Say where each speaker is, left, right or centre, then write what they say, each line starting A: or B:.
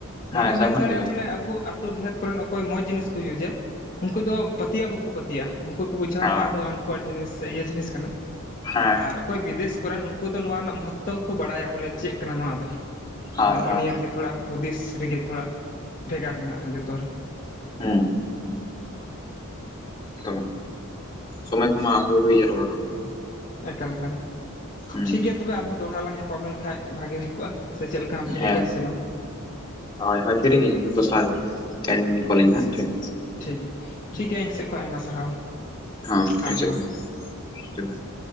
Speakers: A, on the left; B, on the left.
A: ᱢᱟᱱᱮᱢ
B: ᱦᱮᱸ
A: ᱢᱮᱱ
B: ᱥᱟᱵᱚᱱ
A: ᱫᱟᱲᱮᱭᱟᱜᱼᱟ
B: ᱜᱮ ᱵᱮᱥᱟ
A: ᱵᱚᱞᱮ ᱟᱵᱚᱼᱼ ᱟᱹᱛᱩ ᱰᱤᱦᱟᱹᱛ ᱠᱚᱨᱮᱱ ᱚᱠᱚᱭ ᱢᱚᱸᱡᱽ ᱡᱤᱱᱤᱥ ᱠᱚ ᱤᱭᱩᱡᱮᱛ ᱩᱱᱠᱩ ᱫᱚ ᱯᱟᱹᱛᱭᱟᱹᱣ ᱵᱟᱠᱚ ᱯᱟᱹᱛᱭᱟᱹᱜᱼᱟ ᱩᱱᱠᱩ ᱠᱚ ᱵᱩᱡᱼᱼ ᱵᱩᱡᱷᱟᱹᱣᱼᱟ
B: ᱦᱮᱸ
A: ᱱᱚᱣᱟ ᱫᱚ ᱟᱱᱯᱚᱲ ᱡᱤᱱᱤᱥ ᱥᱮ ᱤᱭᱟᱹ ᱡᱤᱱᱤᱥ ᱠᱟᱱᱟ
B: ᱦᱮᱸ
A: ᱟᱨ ᱚᱠᱚᱭ ᱵᱤᱫᱮᱥ ᱠᱚᱨᱮᱱ ᱩᱱᱠᱩ ᱫᱚ ᱱᱚᱣᱟ ᱨᱮᱱᱟᱜ ᱢᱚᱦᱚᱛᱛᱚ ᱠᱚ ᱵᱟᱲᱟᱭᱟ ᱵᱚᱞᱮ ᱪᱮᱫ ᱠᱟᱱᱟ ᱱᱚᱣᱟ ᱫᱚ
B: ᱦᱳᱭ
A: ᱟᱫᱚᱼᱼ ᱱᱚᱜᱼᱚ
B: ᱦᱳᱭ
A: ᱱᱤᱭᱟᱹ ᱨᱮᱜᱮ ᱛᱷᱚᱲᱟ ᱦᱩᱫᱤᱥ ᱨᱮᱜᱮ ᱛᱷᱚᱲᱟ ᱵᱷᱮᱜᱟᱨ ᱢᱮᱱᱟᱜᱼᱟ ᱡᱚᱛᱚ ᱨᱮ
B: ᱦᱩᱸ ᱛᱚ ᱥᱚᱢᱚᱭ ᱠᱚᱢᱟ ᱦᱩᱭ ᱦᱩᱭ ᱡᱟᱨᱣᱟ ᱠᱟᱱ ᱛᱟᱞᱟᱝᱟ।
A: ᱮᱠᱟᱞ ᱮᱠᱟᱞ
B: ᱦᱩᱸ
A: ᱴᱷᱤᱠ ᱜᱮᱭᱟ ᱛᱚᱵᱮ ᱟᱨᱦᱚᱸ ᱫᱚᱦᱲᱟ ᱞᱟᱝ ᱧᱟᱯᱟᱢ ᱞᱮᱱᱠᱷᱟᱱ ᱵᱷᱟᱜᱤ ᱦᱩᱭ ᱠᱚᱜᱼᱟ ᱥᱮ ᱪᱮᱫᱠᱟᱼᱼ ᱟᱢ ᱯᱷᱨᱤ
B: ᱦᱮᱸ
A: ᱜᱮᱭᱟ ᱥᱮ ᱵᱟᱝ?
B: ᱦᱳᱭ ᱦᱳᱭ ᱯᱷᱤᱨᱤ ᱜᱮ ᱤᱧᱫᱚ ᱫᱚᱥᱟᱨ ᱴᱮᱱ ᱠᱚᱞᱤᱧ ᱦᱟᱸᱜ ᱴᱷᱤᱠ
A: ᱴᱷᱤᱠ ᱴᱷᱤᱠ ᱜᱮᱭᱟ ᱤᱧ ᱥᱮᱫ ᱠᱷᱚᱱ ᱟᱭᱢᱟ ᱥᱟᱨᱦᱟᱣ।
B: ᱦᱚᱸ
A: ᱟᱨ
B: ᱤᱧ
A: ᱡᱚᱦᱟᱨ
B: ᱥᱮᱫ ᱠᱷᱚᱱ ᱡᱚᱦᱟᱨ ᱾